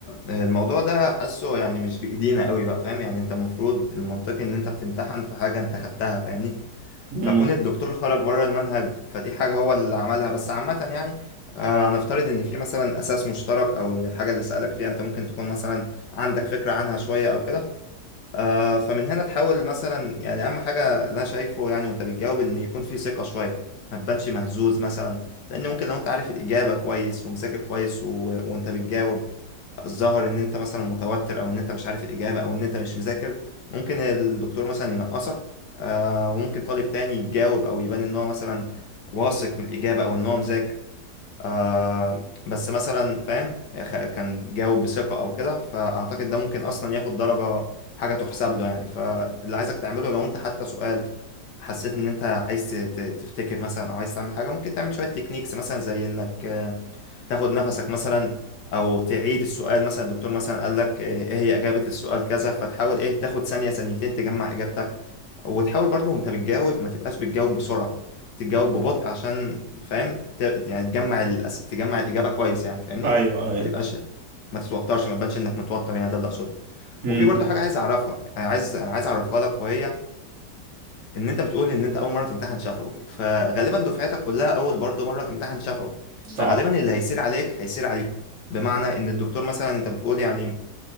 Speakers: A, on the left; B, on the right.
A: الموضوع ده حاسه يعني مش بإيدينا قوي بقى فاهم يعني انت المفروض المنطقي ان انت بتمتحن في حاجة انت خدتها فاهمني
B: مم.
A: فكون الدكتور خرج بره المنهج فدي حاجة هو اللي عملها بس عامة يعني آه نفترض ان في مثلا اساس مشترك او ان الحاجة اللي سألك فيها انت ممكن تكون مثلا عندك فكرة عنها شوية او كده آه فمن هنا تحاول مثلا يعني اهم حاجة اللي انا شايفه يعني وانت بتجاوب ان يكون في ثقة شوية ما تبانش مهزوز مثلا لان ممكن لو انت عارف الإجابة كويس ومذاكر كويس و... وانت بتجاوب ظهر ان انت مثلا متوتر او ان انت مش عارف الاجابه او ان انت مش مذاكر ممكن الدكتور مثلا ينقصك آه وممكن طالب تاني يتجاوب او يبان ان هو مثلا واثق من الاجابه او ان هو مذاكر آه بس مثلا فاهم خ- كان جاوب بثقه او كده فاعتقد ده ممكن اصلا ياخد درجه حاجه تحسب له يعني فاللي عايزك تعمله لو انت حتى سؤال حسيت ان انت عايز ت- ت- تفتكر مثلا او عايز تعمل حاجه ممكن تعمل شويه تكنيكس مثلا زي انك تاخد نفسك مثلا او تعيد السؤال مثلا الدكتور مثلا قال لك آه، ايه هي اجابة السؤال كذا فتحاول ايه تاخد ثانية ثانيتين تجمع اجابتك وتحاول برضو وانت بتجاوب ما تبقاش بتجاوب بسرعة تجاوب ببطء عشان فاهم ت- يعني تجمع الأس... تجمع الإجابة كويس يعني فاهمني
B: أيوه أيوه
A: ما تبقاش ما تتوترش ما تبانش انك متوتر يعني ده اللي اقصده
B: مم.
A: وفي برضو حاجة عايز اعرفها يعني عايز عايز اعرفها لك وهي ان انت بتقول ان انت اول مره تمتحن شفوي فغالبا دفعتك كلها اول برضه مره تمتحن شفوي
B: صح
A: فغالبا اللي هيسير عليك هيسير عليهم بمعنى ان الدكتور مثلا انت بتقول يعني